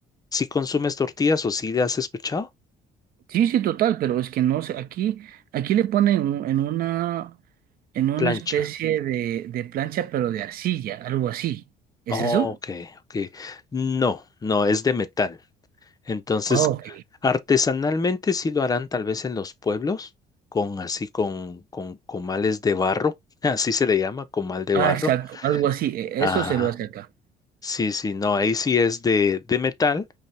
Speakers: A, on the left; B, on the right.
A: Si consumes tortillas o si le has escuchado?
B: Sí, sí, total, pero es que no sé, aquí, aquí le ponen un- en una, en una
A: Plancha.
B: especie de, de plancha, pero de arcilla, algo así. ¿Es
A: Oh,
B: eso?
A: ok, ok. No, no, es de metal. Entonces,
B: Ah, ok.
A: artesanalmente sí lo harán tal vez en los pueblos, con así con, con comales de barro, <laughs> así se le llama, comal de
B: Ah,
A: barro.
B: exacto, algo así, e-
A: Ajá.
B: eso se lo hace acá.
A: Sí, sí, no, ahí sí es de, de metal,